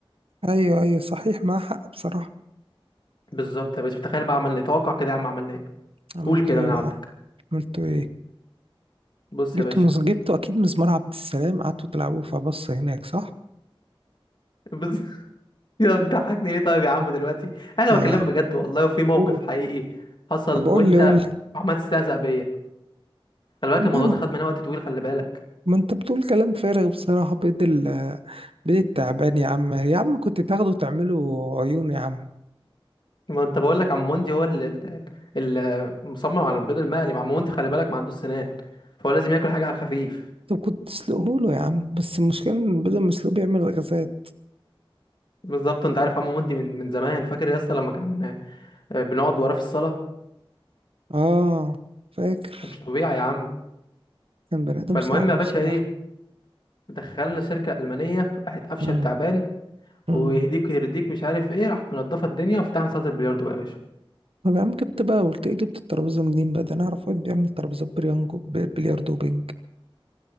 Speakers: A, on the right; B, on the left.
A: ايوه ايوه صحيح معاه حق بصراحه
B: بالظبط يا باشا تخيل بقى عملنا ايه توقع كده يا عم عملنا ايه
A: عملتوا
B: قول كده
A: ايه
B: من عندك
A: بقى عملتوا ايه
B: بص
A: جبتوا
B: يا باشا
A: مز... جبتوا اكيد مزمار عبد السلام قعدتوا تلعبوه فبص هناك صح
B: بص <laughs> يا انت حاكني ليه طيب يا عم دلوقتي انا
A: لا
B: بكلمك
A: لا
B: بجد والله وفي موقف
A: قول
B: حقيقي حصل
A: طب قول
B: وانت
A: لي قول لي
B: عمال تستهزأ بيا خلي
A: لا
B: بالك الموضوع ده خد مننا وقت طويل خلي بالك
A: ما انت بتقول كلام فارغ بصراحه بيد ال... بيد التعبان يا عم يا عم كنت تاخده تعمله عيون يا عم
B: ما انت بقول لك عم وندي هو اللي المصمم على البيض المقلي عم وندي خلي بالك ما عندوش سنان فهو لازم ياكل حاجه على الخفيف
A: طب كنت تسلقه له يا عم بس المشكلة إن بدل ما يسلقه بيعمل غازات
B: بالظبط انت عارف عم وندي من من زمان فاكر يا اسطى لما كان آه، بنقعد وراه في الصاله
A: اه فاكر
B: كانش طبيعي يا عم
A: كان بني آدم
B: فالمهم
A: صعب
B: يا
A: بصراحة
B: باشا ايه دخلنا شركه المانيه راحت قفشه
A: مم.
B: التعبان
A: مم.
B: ويهديك ويرديك مش عارف ايه راحت منضفه الدنيا وفتحنا صاله البلياردو بقى يا باشا
A: طب يا عم جبت بقى قلت ايه جبت الترابيزة منين بقى ده أنا أعرف واحد بيعمل ترابيزات بريانجو ب- بلياردو وبنج